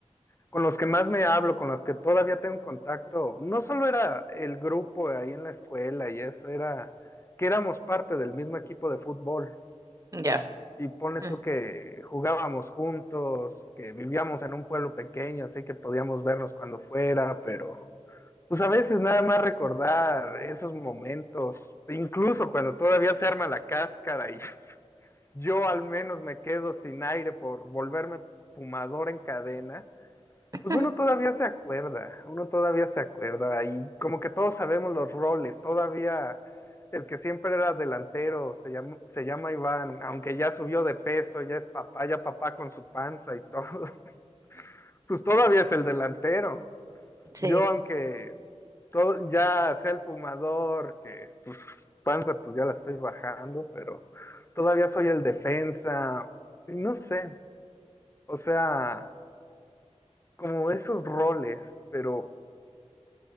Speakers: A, on the left; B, on the right.
A: con los que más me hablo, con los que todavía tengo contacto. No solo era el grupo ahí en la escuela y eso, era que éramos parte del mismo equipo de fútbol.
B: Ujú, Ya.
A: Y pone
B: Mm.
A: tú que jugábamos juntos, que vivíamos en un pueblo pequeño, así que podíamos vernos cuando fuera, pero pues a veces nada más recordar esos momentos, incluso cuando todavía se arma la cáscara y <laughs> yo al menos me quedo sin aire por volverme fumador en cadena,
B: <laughs>
A: pues uno todavía se acuerda, uno todavía se acuerda y como que todos sabemos los roles, todavía el que siempre era delantero se llama, se llama Iván, aunque ya subió de peso, ya es papá, ya papá con su panza y todo, <laughs> pues todavía es el delantero.
B: Sí.
A: Yo aunque todo, ya sea el fumador, que pues panza pues ya la estoy bajando, pero todavía soy el defensa, y no sé, o sea, como esos roles, pero